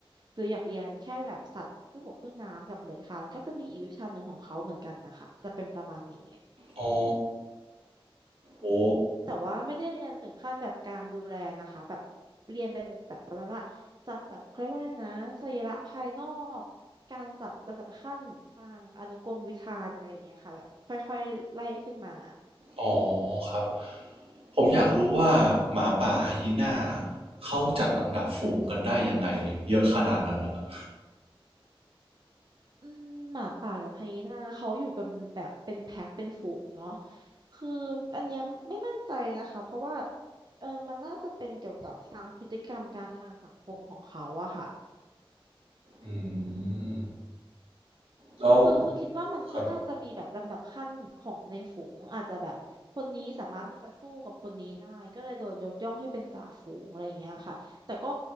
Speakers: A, on the right (about 50°); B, on the right (about 85°).
A: หรืออยากเรียนแค่แบบสัตว์ครึ่งบกครึ่งน้ำกับเลื้อยคลานก็จะมีอีกวิชาหนึ่งของเขาเหมือนกันนะคะจะเป็นประมาณนี้
B: อ๋อ โอ้
A: แต่ว่าไม่ได้เรียนถึงขั้นแบบการดูแลนะคะแบบเรียนเป็นแบบประมาณว่าจัดแบบเขาเรียกว่าอะไรนะสรีระภายนอกการจัดลำดับขั้นทางอนุกรมวิธานอะไรอย่างเงี้ยค่ะแบบค่อยๆไล่ขึ้นมา
B: อ๋อครับ ผมอยากรู้ว่าหมาป่าไฮยีน่าเขาจัดลำดับฝูงกันได้ยังไงเยอะขนาดนั้นนะ
A: อืมหมาป่ากับไฮยีน่าเขาอยู่กันแบบเป็นแพ็คเป็นฝูงเนาะคืออันเนี้ยไม่มั่นใจนะคะเพราะว่าเออมันน่าจะเป็นเกี่ยวกับทางพฤติกรรมการทางสังคมของเขาอะค่ะ
B: อืมแล้ว
A: คือคือคิดว่ามันก็น่าจะมีแบบลำดับขั้นของในฝูงอาจจะแบบคนนี้สามารถที่จะสู้กับคนนี้ได้ก็เลยโดนยกย่องให้เป็นจ่าฝูงอะไรอย่างเงี้ยค่ะแต่ก็
B: ครับ